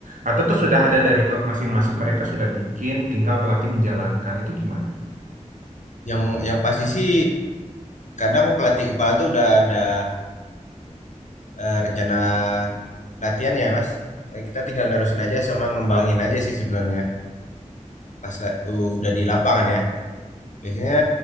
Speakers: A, on the right; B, on the left.
A: atau itu sudah ada dari klub masing-masing mereka sudah bikin tinggal pelatih menjalankan itu gimana?
B: Yang yang pasti sih kadang pelatih kepala tuh udah ada eh, rencana latihannya ya Mas. Eh, Kita tinggal nerusin aja sama ngembangin aja sih sebenarnya pas la- udah di lapangan ya. Biasanya